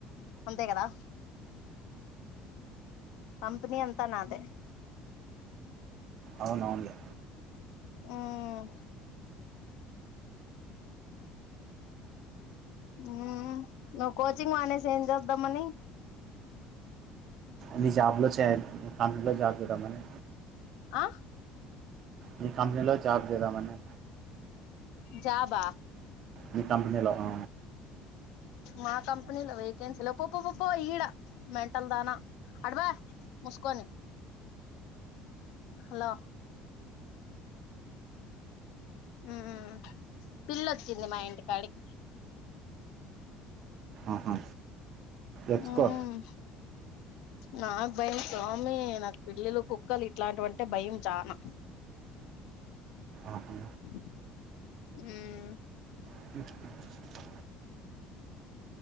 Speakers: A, on the left; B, on the right.
A: అంతే కదా కంపెనీ అంతా నాదే
B: అవునవునులే
A: ఉమ్ మ్ నువ్వు కోచింగ్ మానేసి ఏం చేద్దామని
B: నీ జాబ్లో చేయలి అందులో జాబ్ చేద్దామని
A: అ
B: నీ కంపెనీలో జాబ్ చేద్దామని
A: జాబ
B: మీ కంపెనీలో ఆ
A: మా కంపెనీలో వెకెన్సీ లేవ్ పో పో పో ఈడ మెంటల్ దానా అటు పో ముసుకొని హలో ఉమ్ పిల్లొచ్చింది మా ఇంటికాడికి
B: ఆహా ఎత్తుకో
A: మ్మ్ నాకు భయం స్వామి నాకు పిల్లులు, కుక్కలు ఇట్లాంటివంటే భయం చానా.
B: ఆహా.
A: ఉమ్.
B: అ